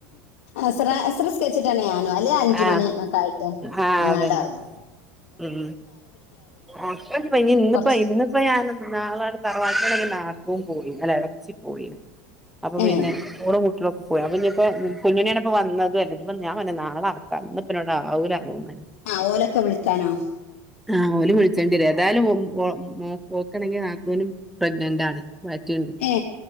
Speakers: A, on the left (about 75°); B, in the centre.
A: അസറാ അസറ നിസ്കരിച്ചിട്ട് ഞാനും അല്ലെ അഞ്ച്
B: ആഹ്
A: മണി ഒക്കെ ആയിട്ട്
B: ആഹ്
A: അങ്ങട്
B: അതന്നെ
A: - <inaudible>
B: ഉം ഓക്കെക്ക ഇന്ന്പ്പോ
A: കുറച്ച്
B: ഇന്നിപ്പോ ഞാൻ - നാളെയാണ് തറവാട്ടിന്ന് നാത്തൂൻ പോയി അല്ല ഇളച്ചി പോയിന്ന് അപ്പൊ
A: ഏ
B: പിന്നെ ഓട കുട്ടിളൊക്കെ പോയി അവന് - ഇപ്പ കുഞ്ഞുണ്ണിയാണ് ഇപ്പൊ വന്നത് അല്ലെങ്കി പിന്നെ ഞാൻ പറഞ്ഞു നാളെ ആക്കാം ഇന്ന് ഇപ്പൊ എന്നോട് ആകൂല തോന്നതെ
A: ആ ഓലൊക്കെ വിളിക്കാനോ
B: ആഹ് ഓലും വിളിച്ചേണ്ടിര ഏതാലും ഓ മോ പോക്കണമെങ്കിൽ നാത്തൂനും പ്രഗ്നന്റ് ആണ് മാറ്റി ഇണ്ട്
A: ഏ